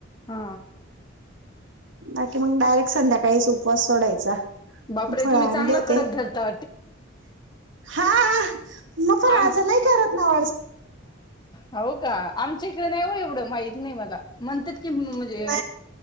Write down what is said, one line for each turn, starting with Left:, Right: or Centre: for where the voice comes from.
Left: हा
Right: बाकी मग डायरेक्ट संध्याकाळीच उपवास सोडायचा
Left: बापरे
Right: फळ
Left: तुम्ही
Right: आणले
Left: चांगला
Right: होते
Left: कडक घालता
Right: हा मग पण
Left: आम
Right: आ नाही करत नाव
Left: हो का आम चिकलं नाही हो एवढं माहित नाही मला म्हणतात कि म्हणजे
Right: नाही